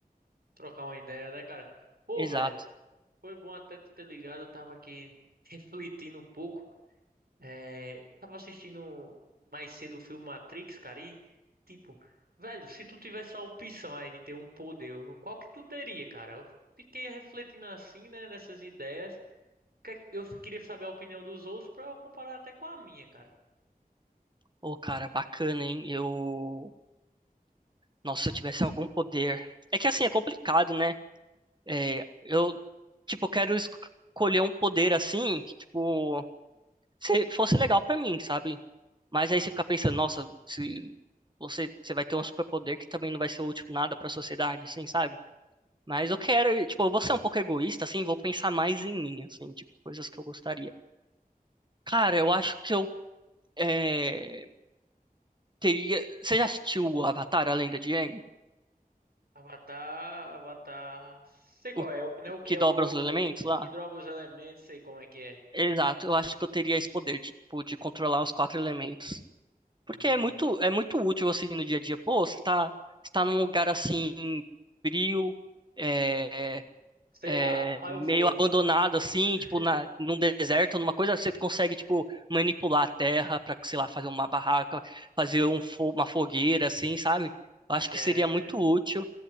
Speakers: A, on the right (about 85°); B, on the right (about 30°).
A: Trocar uma ideia, né, cara? Pô,
B: exato.
A: velho, foi bom até tu ter ligado, eu tava aqui <laughs> refletindo um pouco. É, eu tava assistindo mais cedo o filme Matrix, cara, e tipo, velho, se tu tivesse a opção aí de ter um poder, qual que tu teria, cara? Eu fiquei refletindo assim, né, nessas ideias. Que- Eu queria saber a opinião dos outros pra eu comparar até com a minha, cara.
B: Ô, cara, bacana, hein? Eu. Nossa, se eu tivesse algum poder. É que assim, é complicado, né? É, eu, tipo, quero escolher um poder assim, que, tipo, se- fosse legal pra mim, sabe? Mas aí você fica pensando, nossa, se você, você vai ter um superpoder que também não vai ser útil nada pra sociedade, assim, sabe? Mas eu quero, tipo, eu vou ser um pouco egoísta, assim, vou pensar mais em mim, assim, de coisas que eu gostaria. Cara, eu acho que eu é, teria. Você já assistiu o Avatar, a Lenda de Aang?
A: Avatar, Avatar. Sei qual
B: O
A: é, né? O que
B: que
A: é o.
B: dobra os elementos lá?
A: Que dropa os elementos, sei como é que é.
B: Exato, eu acho que eu teria esse poder, de, tipo, de controlar os quatro elementos. Porque
A: Ah,
B: é muito, é muito útil, assim, no dia a dia. Pô, você tá, você tá num lugar assim, frio. eh,
A: você
B: é,
A: a- apaga
B: meio
A: o fogo.
B: abandonado assim,
A: <laughs>
B: tipo na, num deserto, numa coisa, você consegue tipo manipular a terra para, sei lá, fazer uma barraca, fazer um fo- uma fogueira assim, sabe? Eu
A: Ideia,
B: acho que seria
A: ideia.
B: muito útil